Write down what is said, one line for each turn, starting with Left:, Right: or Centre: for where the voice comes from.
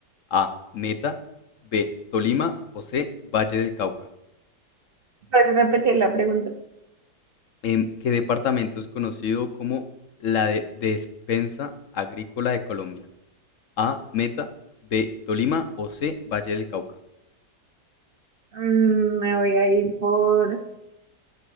Left: A. Meta. B. Tolima. O C. Valle del Cauca.
Right: ¿Puedes repetir la pregunta?
Left: em, ¿qué departamento es conocido como la de despensa agrícola de Colombia? A. Meta. B. Tolima o C. Valle del Cauca.
Right: Mm, me voy a ir por,